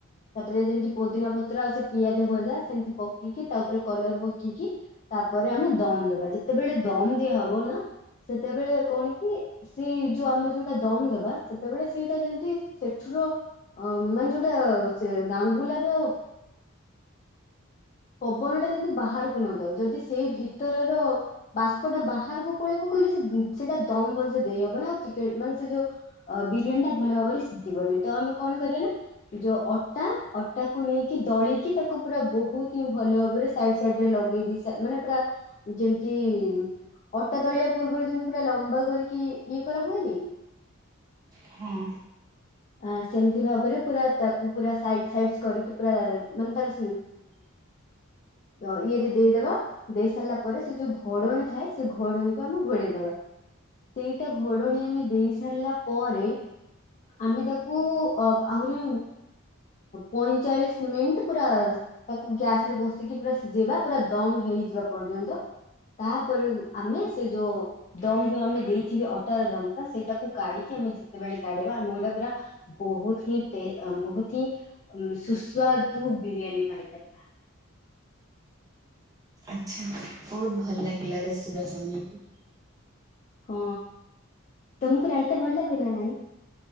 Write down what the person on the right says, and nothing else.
ହଁ।
ହ <unintelligible>
ଆଚ୍ଛା ବହୁତ ଭଲ ଲାଗିଲା ରେସିପି ଟା ସୁଣିକି।